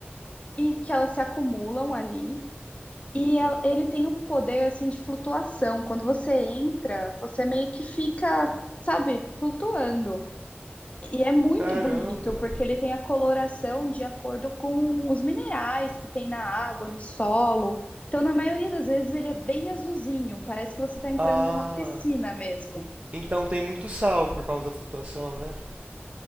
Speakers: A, on the left; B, on the right.
A: e que elas se acumulam ali. E el- ele tem o poder, assim, de flutuação. Quando você entra, você meio que fica, sabe, flutuando. E é muito
B: Caramba.
A: bonito, porque ele tem a coloração de acordo com os minerais que tem na água, no solo. Então, na maioria das vezes, ele é bem azulzinho, parece que você está entrando
B: Ah.
A: numa piscina mesmo.
B: en- Então tem muito sal por causa da flutuação, né?